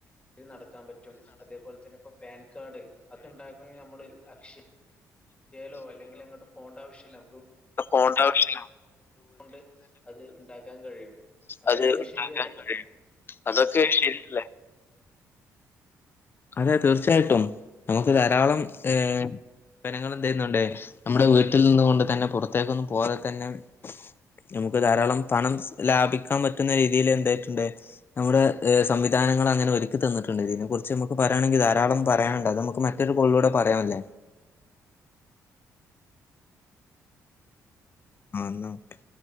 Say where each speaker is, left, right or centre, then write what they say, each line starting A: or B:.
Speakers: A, on the left; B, on the left.
A: നടക്കാൻ പറ്റും അതേപോലെ തന്നെ ഇപ്പൊ പാൻ കാഡ് ഒക്കെ ഉണ്ടാക്കണെിൽ നമ്മള് അക്ഷ ലോ അല്ലങ്കിൽ അങ്ങോട്ട പോകണ്ടവശ്യമല്ല
B: ഇ പോണ്ടാവശ്യല്ല
A: ണ്ട് അത് ഉണ്ടാക്കാൻ കഴിയും അതൊക്കെ
B: അത് ഉണ്ടാക്കാൻ
A: ശരിയല്ലേ?
B: പറയ് അതൊക്കെ ശരിയല്ലേ
A: <inaudible>
B: അതെ തീർച്ചയായിട്ടും നമുക്ക് ധാരാളം ഏ ജനങ്ങൾ എന്ത ചെയ്യുന്നുണ്ടേ നമ്മുടെ വീട്ടിൽ നിന്ന്ുക കൊണ്ട് തന്നെ പുറത്തേക്കൊന്നും പോതെ തന്നെ നമുക്ക് ധാരാളം പണം ലാഭിക്കാൻ പറ്റുന്ന രീതിയിൽ എന്തായിട്ടുണ്ട് നമ്മുടെ സംവിധാനങ്ങൾ അങ്ങനെ ഒരുക്കി തന്നിട്ടുണ്ട് ഇ കുറിച്ച് നമുക്ക് പറയാണെങ്കിൽ ധാരളംയാനുണ്ട് അ നമുക്ക് മറ്റൊരു കോളിലൂടെ പറയാംല്ലേ
A: <inaudible>
B: ആഹ എന്നാ ഓക്കെ